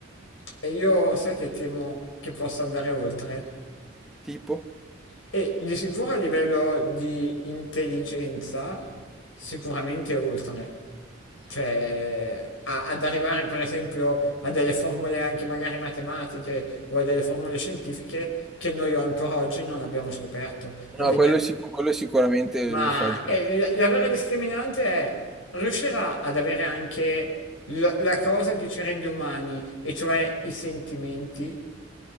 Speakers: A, on the left; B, in the centre.
A: E io sai che temo che possa andare oltre.
B: Tipo?
A: E di sicuro a livello di intelligenza, sicuramente oltre. Cioè, a- ad arrivare per esempio a delle formule anche magari matematiche o a delle formule scientifiche che noi ancora oggi non abbiamo scoperto. A
B: No,
A: degli-
B: quello, sic- quello sicuramente
A: Ma
B: lo fa già.
A: eh, la la vera discriminante è riuscire a- ad avere anche la la cosa che ci rende umani, e cioè i sentimenti.